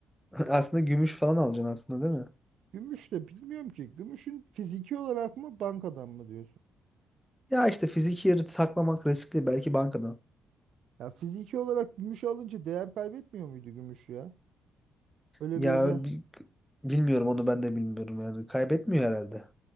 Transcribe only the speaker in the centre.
<laughs> Aslında gümüş falan alacaksın aslında değil mi?
Ya işte fiziki yeri saklamak riskli belki bankadan.
Ya
bi- bilmiyorum onu ben de bilmiyorum yani. Kaybetmiyor herhalde.